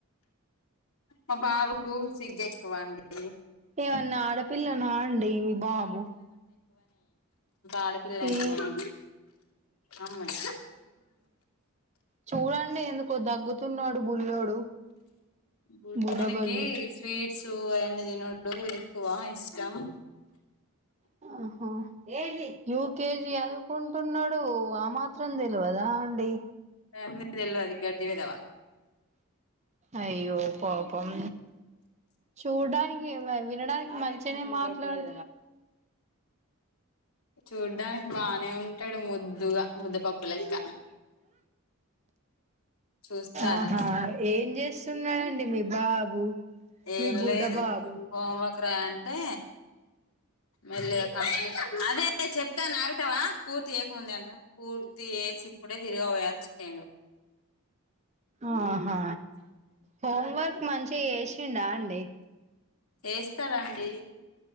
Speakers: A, on the left; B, on the right.
A: మా బాబుకు సిగెక్కువండి
B: ఏమన్నా ఆడపిల్లనా అండి మీ బాబు
A: ఆడపిల్లండి
B: ఏ
A: నేను అమాయి
B: చూడండి ఎందుకో దగ్గుతున్నాడు బుల్లోడు
A: బుడోనికి
B: బుడబల్లి
A: స్వీట్సు అన్న తినుడు ఎక్కువా ఇష్టం
B: ఆహ యూకేజి చదువుకుంటున్నాడు డు ఆ మాత్రం తెలవదా అండి
A: అన్నీ తెల్వది గడ్డి వెధవ
B: అయ్యో పాపం చూడడానికి వినడానికి మంచిగనే మాట్లాడ
A: చూడ్డానికి బానే ఉంటాడు ముద్దుగా ముద్ద్దపప్పు లెక్క చూస్తారా
B: ఆహా ఏం చేస్తున్నాడండి మీ బాబు
A: ఏం
B: మీ బుడ్డ
A: లేదు
B: బాబు
A: హోంవర్క్ రాయి అంటే మెల్లగా కంప్లీట్ అదే చెప్తాను నాగుతావా పూర్తి చేయకముంద అంట పూర్తి చేసి ఇప్పుడే తిరిగి పోయచినుడు
B: ఆహా హోమ్వర్క్ మంచిగా చేసిండ అండి
A: చేస్తాడండి